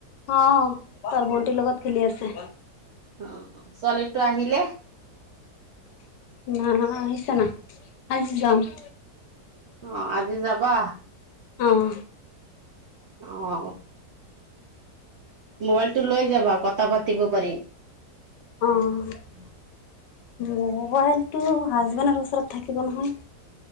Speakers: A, on the left (about 85°); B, on the right (about 65°).
A: অ তাৰ ভণ্টিৰ লগত খেলি আছে
B: অ অ ছোৱালীটো আহিলে
A: ন আহিছ না আজি যাম <inaudible>
B: অ আজি যাবা
A: অঁ
B: অঁ মোবাইলটো লৈ যাবা কথা পাতিব পাৰিম।
A: অহ। মোবাইলটো হাজবেণ্ডৰ ওচৰত থাকিব নহয়।